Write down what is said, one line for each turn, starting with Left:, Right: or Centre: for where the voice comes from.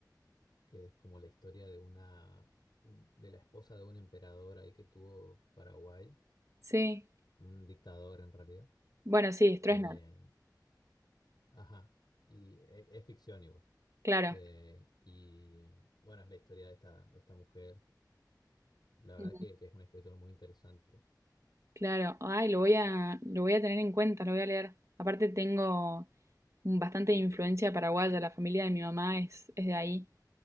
Left: que es como la historia de una de la esposa de un emperador ahí que tuvo Paraguay,
Right: Sí.
Left: un dictador en realidad.
Right: Bueno, sí, Stroessner,
Left: Eh, ajá. Y e- es, ficción igual.
Right: claro.
Left: Eh, y bueno, es la historia de esta, de esta mujer. La verdad
Right: Ujú,
Left: que, que es un escritor muy interesante.
Right: Claro. Ay, lo voy a, lo voy a tener en cuenta, lo voy a leer. Aparte tengo un- bastante influencia paraguaya, la familia de mi mamá es, es de ahí,